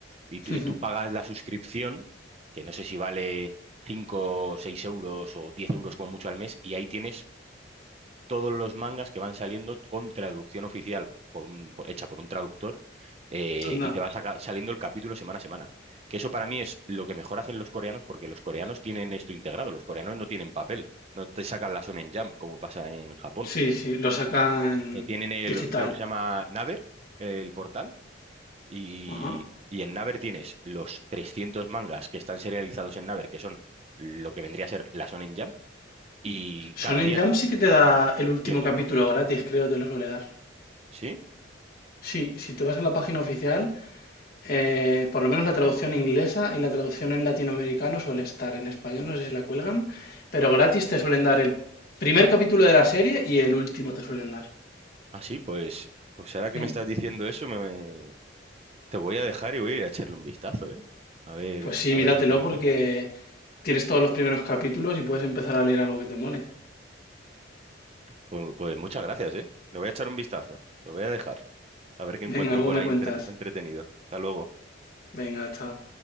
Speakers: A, on the right; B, on the left.
A: Y,
B: <laughs>
A: tú- y tú pagas la suscripción, que no sé si vale 5 6 euros o 10 euros como mucho al mes, y ahí tienes todos los mangas que van saliendo con traducción oficial por un- por- hecha por un traductor eh,
B: anda.
A: y te va saca- saliendo el capítulo semana a semana. Que eso para mí es lo que mejor hacen los coreanos porque los coreanos tienen esto integrado, los coreanos no tienen papel, no te sacan la Shonen Jump como pasa en Japón.
B: Sí, sí, lo sacan
A: Eh, tienen el,
B: digital.
A: creo que se llama Naver, el portal, y,
B: Ajá.
A: y en Naver tienes los 300 mangas que están serializados en Naver, que son lo que vendría a ser la Shonen Jump, y cada
B: Shonen
A: día
B: Jump sí que te da el último
A: tienes
B: capítulo
A: uno.
B: gratis, creo, te lo suele dar.
A: ¿Sí?
B: Sí, si te vas a la página oficial, eh, por lo menos la traducción inglesa y la traducción en latinoamericano suele estar en español, no sé si la cuelgan, pero gratis te suelen dar el primer capítulo de la serie y el último te suelen dar.
A: Así, pues, pues ahora que
B: Mm.
A: me estás diciendo eso, me, te voy a dejar y voy a ir a echarle un vistazo, ¿eh? A ver,
B: Pues sí,
A: a
B: míratelo
A: ver qué tal estoy.
B: porque tienes todos los primeros capítulos y puedes empezar a leer algo que te mole.
A: Pues, pues muchas gracias, ¿eh? Le voy a echar un vistazo. Te voy a dejar. A ver qué encuentro
B: Venga, luego
A: por
B: me
A: ahí
B: cuentas.
A: entre- entretenido. Hasta luego.
B: Venga, chao.